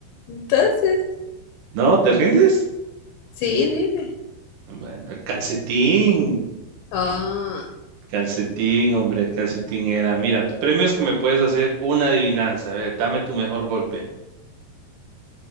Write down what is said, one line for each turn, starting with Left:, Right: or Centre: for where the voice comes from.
Left: entonces,
Right: ¿No? ¿Te rindes?
Left: sí, dime.
Right: Bueno, el calcetín.
Left: Oh,
Right: Calcetín, hombre, el calcetín era. Mira, tu premio es que me puedes hacer una adivinanza. A ver, dame tu mejor golpe.